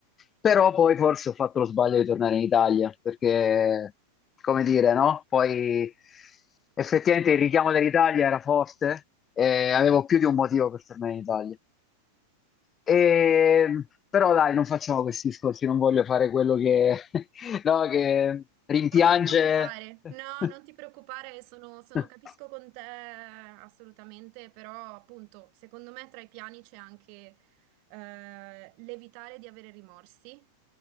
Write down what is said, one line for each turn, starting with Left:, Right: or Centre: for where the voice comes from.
Left: però poi forse ho fatto lo sbaglio di tornare in Italia perché, come dire, no? Poi effettivamente il richiamo dell'Italia era forte e avevo più di un motivo per tornare in Italia. E- però dai, non facciamo questi discorsi, non voglio fare quello che, <laughs> no, che rimpiange.
Right: Non ti preoccupare, no,
Left: <laughs>
Right: non ti preoccupare, sono, sono-
Left: <laughs>
Right: capisco con te assolutamente, però appunto, secondo me tra i piani c'è anche eh, l'evitare di avere rimorsi